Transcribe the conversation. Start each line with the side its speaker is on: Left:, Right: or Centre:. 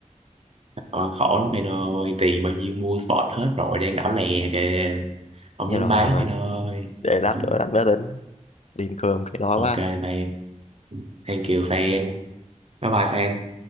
Right: Rồi khổ lắm mày ơi, tiền bao nhiêu mua spot hết rồi đang đỏ lè kìa. Không
Left: Thế
Right: dám
Left: rồi
Right: bán mày ơi.
Left: để lát
Right: Ừ.
Left: nữa lát nữa tính đi ăn cơm cái đó
Right: Ok
Left: quá
Right: mày, thank you fan. Bye bye fan.